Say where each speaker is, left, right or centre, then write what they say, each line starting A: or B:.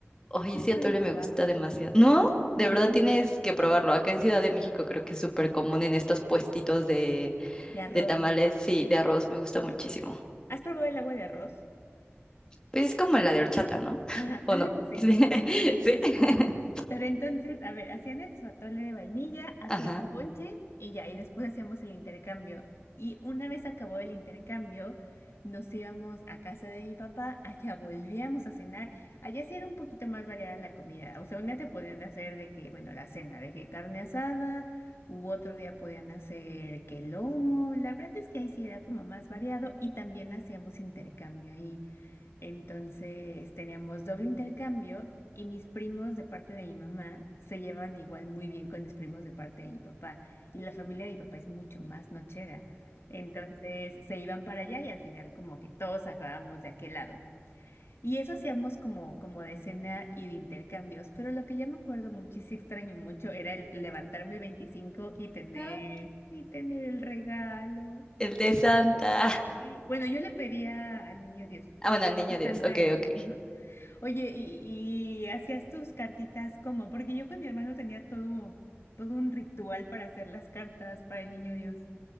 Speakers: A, on the left; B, on the left.
A: Ay,
B: Yo
A: ese
B: Nunca
A: atole
B: lo he probado.
A: me gusta demasiado. No,
B: Mm,
A: de verdad
B: mm.
A: tienes que probarlo. Acá en Ciudad de México creo que es súper común en estos puestitos de,
B: De arroz.
A: de tamales. Sí, de arroz me gusta muchísimo.
B: ¿Has probado el agua de arroz?
A: Pues es como la de horchata, ¿no? <laughs>
B: Ajá,
A: ¿O
B: <laughs>
A: no? <laughs>
B: sí.
A: Sí.
B: Sí, sí,
A: Sí. <laughs>
B: sí. Pero entonces, a ver, hacían el- su atole de vainilla, hacían
A: Ajá.
B: ponche y ya, y después hacíamos el intercambio. Y una vez acabó el intercambio, nos íbamos a casa de mi papá, allá volvíamos a cenar. Allá sí era un poquito más variada la comida. O sea, un día te podían hacer de que, bueno, la cena, de que carne asada, u otro día podían hacer que lomo. La verdad es que ahí sí era como más variado y también hacíamos intercambio ahí. Entonces teníamos doble intercambio y mis primos de parte de mi mamá se llevan igual muy bien con mis primos de parte de mi papá. Y la familia de mi papá es mucho más nochera. Entonces se iban para allá y al final como que todos acabamos de aquel lado. Y eso hacíamos como, como de cena y de intercambios, pero lo que ya me acuerdo mucho y sí extraño mucho era el levantarme el 25 y tener,
A: Ah,
B: y tener el regalo.
A: El de Santa.
B: Y, bueno, yo le pedía al niño Dios,
A: Ah, bueno, al niño
B: a
A: Dios.
B: Santa,
A: Ok,
B: no.
A: ok.
B: Oye, ¿y, y hacías tus cartitas como? Porque yo con mi hermano tenía todo, todo un ritual para hacer las cartas para el niño Dios.